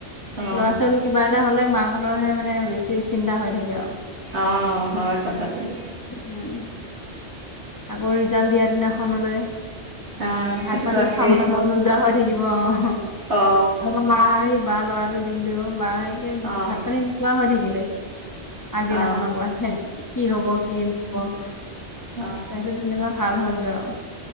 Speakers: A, on the right (about 70°); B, on the left (about 15°).
A: অ
B: ল'ৰা ছোৱালী কিবা এটা হলে, মাকাহঁতৰহে মানে বেছি চিন্তা হৈ থাকে আৰু।
A: অ', হয় কথাটো।
B: উম আকৌ ৰিজাল্ট দিয়া দিনাখনলৈ।
A: অ
B: ভাত
A: সেইটোতো
B: পানী
A: আছেই
B: খাবলৈ মন নোযোৱা হৈ থাকিব, অ',
A: অ
B: আমাৰ মা এই বা লৰাটো দিওঁ তেও বা একে
A: অ অ
B: ভাত পানী নোখোৱা হৈ থাকিলে। আগদিনাখনৰ
A: অ
B: পৰা কি হব, কি নহব তাৰপিছত
A: অ
B: যেনিবা ভাল হ'ল। হ'লগে আৰু